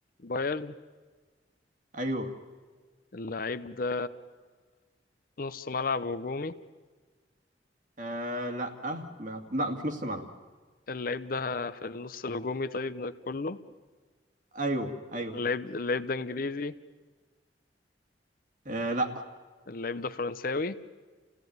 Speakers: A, on the left (about 55°); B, on the right (about 45°).
A: بايرن
B: ايوه
A: اللعيب ده نص ملعب هجومي
B: آه لا ما... لا مش نص ملعب
A: اللعيب ده في النص الهجومي طيب ده كله
B: ايوه ايوه
A: اللعيب اللعيب ده إنجليزي
B: آه لا
A: اللعيب ده فرنساوي